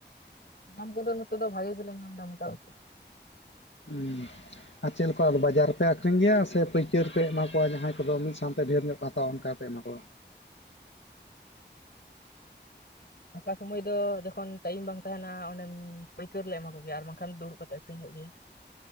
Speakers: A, on the left (about 60°); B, on the left (about 80°).
A: ᱫᱟᱢ ᱠᱚᱫᱚ ᱱᱤᱛᱚᱜ ᱫᱚ ᱵᱷᱟᱜᱮ ᱜᱮᱞᱮ ᱧᱟᱢ ᱮᱫᱟ ᱢᱚᱴᱟ-ᱢᱩᱴᱤ
B: ᱦᱩᱸ ᱟᱨ ᱪᱮᱫ ᱞᱮᱠᱟ ᱟᱫᱚ ᱵᱟᱡᱟᱨ ᱨᱮᱯᱮ ᱟᱠᱷᱨᱤᱧ ᱜᱮᱭᱟ ᱥᱮ ᱯᱟᱹᱭᱠᱟᱹᱨ ᱯᱮ ᱮᱢᱟ ᱠᱚᱣᱟ ᱡᱟᱦᱟᱸᱭ ᱠᱚᱫᱚ ᱢᱤᱫ ᱥᱟᱶᱛᱮ ᱰᱷᱮᱨ ᱧᱚᱜ ᱠᱚ ᱦᱟᱛᱟᱣᱟ ᱚᱱᱠᱟ ᱯᱮ ᱮᱢᱟ ᱠᱚᱼᱼ ᱪᱮᱫ ᱦᱚᱸ ᱵᱟᱝ ᱟᱸᱡᱚᱢᱚᱜ ᱠᱟᱱᱟ ᱾
A: ᱯᱷᱟᱠᱟ ᱥᱚᱢᱚᱭ ᱫᱚ ᱡᱚᱠᱷᱚᱱ ᱴᱟᱭᱤᱢ ᱵᱟᱝ ᱛᱟᱦᱮᱱᱟ ᱚᱱᱮ ᱯᱟᱹᱭᱠᱟᱹᱨ ᱞᱮ ᱮᱢᱟ ᱠᱚᱜᱮᱭᱟ ᱟᱨ ᱵᱟᱝᱠᱷᱟᱱ ᱫᱩᱲᱩᱵ ᱠᱟᱛᱮᱜ ᱟᱹᱠᱷᱨᱤᱧ ᱦᱩᱭᱩᱜ ᱜᱮᱭᱟ᱾